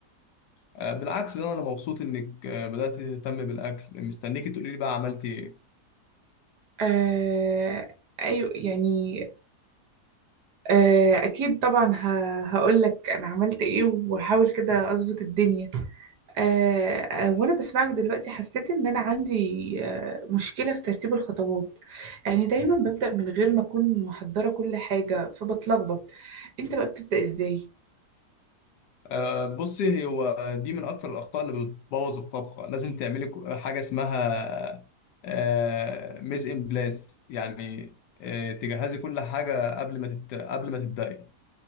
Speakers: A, on the left (about 85°); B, on the right (about 80°).
A: آه، بالعكس ده أنا مبسوط إنك آه، بدأت تهتم بالأكل مستنيكي تقولي لي بقى عملتي إيه
B: آه ايوه يعني آه اكيد طبعا هقول لك انا عملت ايه وهحاول كده اظبط الدنيا آه، آه، وانا بسمعك دلوقتي حسيت ان انا عندي آه، مشكلة في ترتيب الخطوات يعني دايما ببدأ من غير ما اكون محضرة كل حاجة فبتلخبط انت بقى بتبدأ ازاي
A: آه، بصي هو دي من اكتر الاخطاء اللي بتبوظ الطبخه لازم تعملي كو- حاجه اسمها آه، ميز ان بلاس يعني آه، تجهزي كل حاجه قبل ما تبت... قبل ما تبداي